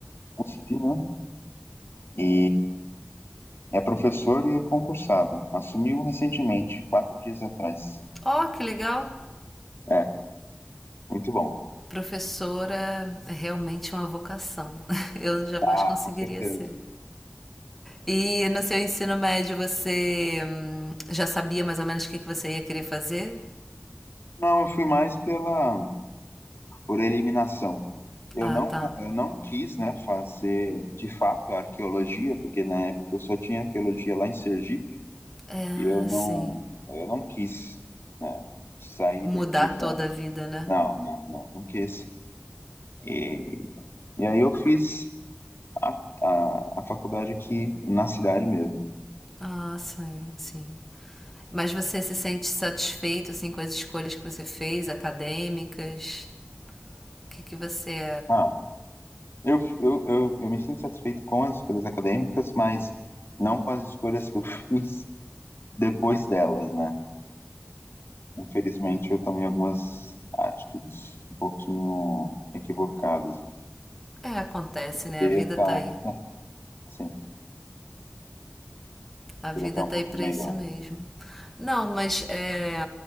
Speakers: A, on the left; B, in the centre.
A: USP, né? E é professor e é concursado. Assumiu recentemente, quatro dias atrás.
B: Ó, que legal!
A: É, muito bom.
B: Professora é realmente uma vocação. <laughs> Eu jamais
A: Ah,
B: conseguiria
A: com certeza.
B: ser. E no seu ensino médio você hum, já sabia mais ou menos o que que você ia querer fazer?
A: Não, eu fui mais pela por eliminação. Eu
B: Ah,
A: não,
B: tá.
A: con- eu não quis, né, fazer de fato a arqueologia, porque na época eu só tinha arqueologia lá em Sergipe.
B: É,
A: E eu não,
B: sim.
A: eu não quis né, sair
B: Mudar
A: daqui da.
B: toda a vida, né?
A: Não, não, não, não quis. E, e aí eu fiz a, a, a faculdade aqui na cidade mesmo.
B: Ah, sim, sim. Mas você se sente satisfeito assim com as escolhas que você fez, acadêmicas? O que que você
A: Ah, eu, eu, eu, eu me sinto satisfeito com as escolhas acadêmicas, mas não com as escolhas que eu <laughs> fiz depois delas, né? Infelizmente, eu tomei algumas atitudes um pouquinho equivocadas. Eu
B: é, acontece,
A: poderia
B: né? A vida
A: estar,
B: tá aí.
A: né, sim,
B: A vida
A: poderia estar
B: tá
A: um pouquinho
B: aí pra
A: melhor.
B: isso mesmo. Não, mas é,